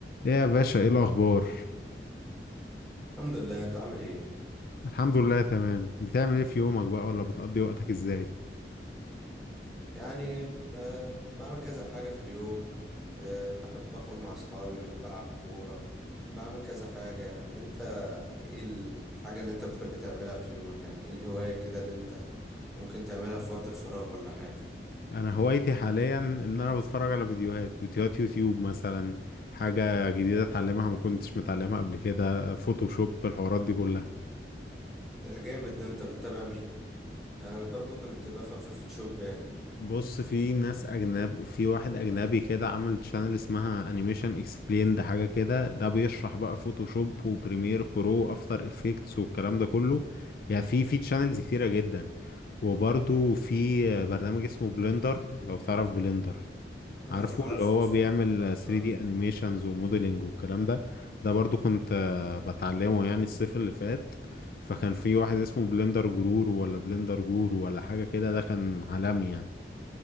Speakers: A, on the left; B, in the centre.
A: ايه يا باشا ايه الاخبار
B: الحمد لله انت عامل ايه
A: الحمد لله تمام بتعمل ايه في يومك بقى ولا بتقضي وقتك ازاي
B: يعني ب- بعمل كذا حاجة في اليوم أه، بحب اخرج مع اصحابي بحب العب كورة بعمل كذا حاجة يعني انت ايه الحاجة اللي انت بتحب تعملها في يومك يعني ايه الهواية كده اللي انت ممكن تعملها في وقت الفراغ ولا حاجة
A: انا هوايتي حاليا ان انا بتفرج على فيديوهات فيديوهات يوتيوب مثلا حاجة جديدة اتعلمها ما كنتش متعلمها قبل كده فوتوشوب الحوارات دي كلها
B: ده جامد ده انت بتتابع مين انا برضو كنت بفهم في الفوتوشوب يعني
A: بص في ناس اجنب في واحد اجنبي كده عمل شانل اسمها انيميشن اكسبليند حاجه كده ده بيشرح بقى فوتوشوب وبريمير برو وافتر افكتس والكلام ده كله يعني في في شانلز كتيره جدا وبرضو في برنامج اسمه بلندر لو تعرف بلندر
B: اه
A: عارفه
B: عارف
A: اللي هو بيعمل 3D
B: عارف
A: انيميشنز وموديلنج والكلام ده ده برضو كنت آه، بتعلمه يعني الصيف اللي فات فكان في واحد اسمه بلندر جرور ولا بلندر جورو ولا حاجه كده ده كان عالمي يعني